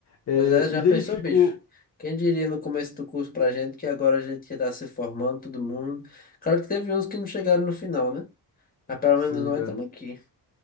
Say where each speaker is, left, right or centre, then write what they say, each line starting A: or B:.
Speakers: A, on the left; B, on the left.
A: É,
B: Pois é, já
A: e
B: pensou,
A: daí ficou.
B: bicho? Quem diria no começo do curso pra gente que agora a gente ia estar se formando, todo mundo. Claro que teve uns que não chegaram no final, né? Mas pelo
A: Sim,
B: menos nós
A: cara.
B: estamos aqui.